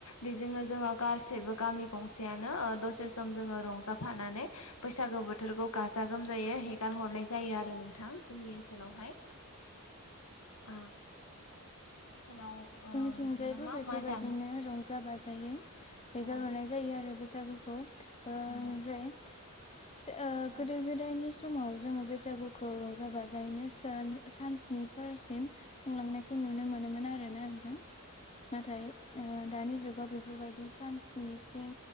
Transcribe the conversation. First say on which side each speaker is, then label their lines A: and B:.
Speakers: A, on the left (about 90°); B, on the left (about 30°).
A: बेजोंनो जोङो गसेैबो गामि गंसेयानो ओ दसे सम जोङो रंजाफानानै बैसागो बोथोरखौ गाजा गोमजायै हेगार हरनाय जायो आरो नोंथां जोंनि ओनसोलावहाय। ओ <inaudible> ओनसोलाव
B: जोंनिथिंजायबो
A: ओ बिदिनो मा
B: बेफोरबायदिनो
A: मा दाम
B: रंजा बाजायै हेगारहरनाय
A: औ
B: जायो आरो बैसागोखौ ओ
A: औ
B: ओमफ्राय ओ
A: औ
B: गोदो गोदायनि समाव जोङो बैसागुखौ रंजा बाजायैनो सोन सान स्निफोरसिम खुंलांनायखौ नुनो मोनोमोन आरोना नोंथां नाथाय ओ दानि जुगाव बेफोरबायदि सानस्निसिम